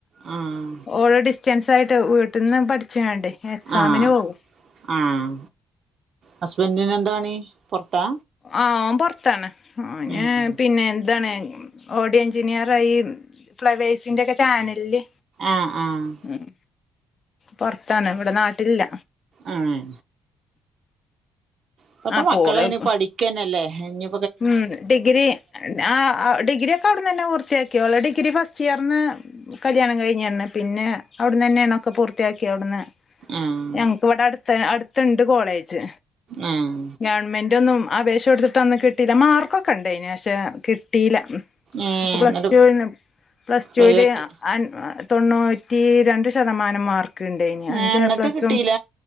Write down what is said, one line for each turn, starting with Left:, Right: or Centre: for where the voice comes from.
Right: ഉം
Left: ഓള് ഡിസ്റ്റൻസ് ആയിട്ട് വീട്ട്ന്ന് പഠിച്ച്ങ്ങാണ്ടെ എക്സാമിന്
Right: ആഹ്
Left: പോകും.
Right: ആഹ് ഹസ്ബൻഡിന് എന്ത പണി പൊറ്ത്താ.
Left: ആഹ് ഓൻ പൊറ്ത്താണ്
Right: ഉം
Left: പിന്നെ ഇതാണ്. ഓഡി എഞ്ചിനിയറായി ഫ്ലവേഴ്സിന്റെക്ക ചാനൽല്.
Right: ആഹ് ആഹ്
Left: ഉം പൊറ്ത്താണ് ഇവിടെ നാട്ടിലില.
Right: ഉം ഇപ്പത്തെ
Left: അപ്പോ
Right: മക്കളയ്ന്
Left: ഓള്
Right: പഠിക്കന്നല്ലെ ഇഞി
Left: ഉം ഡിഗ്രി ആഹ് ഡിഗിരി. അവിട്ന്നന്നെ പൂർത്തിയാക്കി ഓള ഡിഗ്രി ഫസ്റ്റിയർന് കല്യാണം കഴിഞ്ഞഞ് പിന്ന അവിടന്നന്നേയാണ് ഒക്ക പൂർത്തിയാക്കി അവിട്ന്ന്.
Right: ആഹ്
Left: ഞങ്ങക്ക് ഇവിടെ അടുത്ത് അടുത്ത്ണ്ട് കോളേജ്.
Right: ആഹ്
Left: ഗവൺമെന്റൊന്നും അപേക്ഷ കൊടുത്തിട്ട് അന്ന് കിട്ടീല്ല. മാർക്കൊക്കെണ്ടേന്പക്ഷെ കിട്ടീല
Right: ഏഹ്
Left: അപ്പൊ പ്ലസ്
Right: എന്നിട്ട്
Left: ടു നും പ്ലസ്
Right: പ്രൈവറ്റ്
Left: ടു ല് അ തൊണ്ണൂറ്റി രണ്ട് ശതമാനം മാർക്ക്. ക്ക്ണ്ടായ്നി. അഞ്ച്
Right: ഏഹ് എന്നിട്ട്
Left: എപ്ലസും
Right: കിട്ടീല